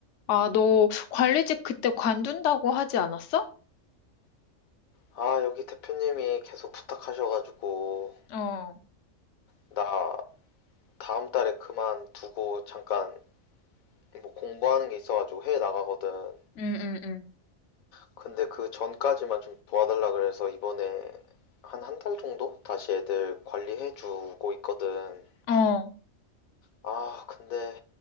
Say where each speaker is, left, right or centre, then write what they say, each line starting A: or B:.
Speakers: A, on the left; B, on the left.
A: 아, 너 관리직 그때 관둔다고 하지 않았어?
B: 아, 여기 대표님이 계속 부탁하셔가지고
A: 어,
B: 나 다음 달에 그만두고 잠깐 뭐 공부하는 게 있어가지고 해외 나가거든.
A: 응, 응, 응.
B: 근데 그 전까지만 좀 도와달라 그래서 이번에 한 한 달 정도 다시 애들 관리해주고 있거든.
A: 어,
B: 아, 근데